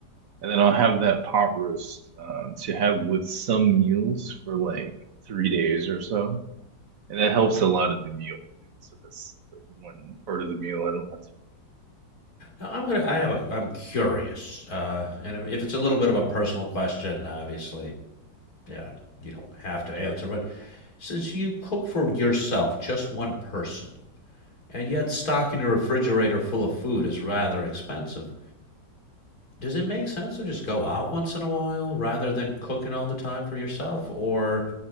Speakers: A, on the right (about 55°); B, on the left (about 55°).
A: and then I'll have that pot roast um, to have with some meals for like three days or so. and that helps a lot of the meal plan. So that's like one part of the meal I don't have to. make.
B: Now I'm gonna I have a I'm curious uh, and if it's a little bit of a personal question, obviously, yeah, you don't have to
A: Sure.
B: answer. But since you cook for yourself, just one person, and yet stocking a refrigerator full of food is rather expensive. does it make sense to just go out once in a while rather than cooking all the time for yourself or